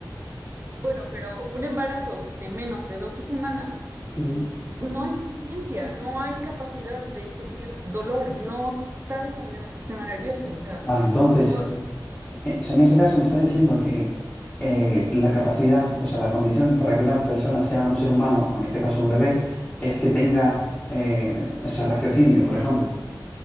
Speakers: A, on the right; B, on the left.
A: Bueno, pero un embarazo de menos de doce semanas,
B: Ujú.
A: no hay conciencia, no hay capacidad de sentir dolor, no está desarrollado el sistema nervioso, o sea,
B: Vale, entonces,
A: no,
B: en en- en ese caso me estás diciendo que eh, la capacidad, o sea, la condición para que una persona sea un ser humano, o en este caso un bebé, es que tenga eh, ese raciocinio, por ejemplo.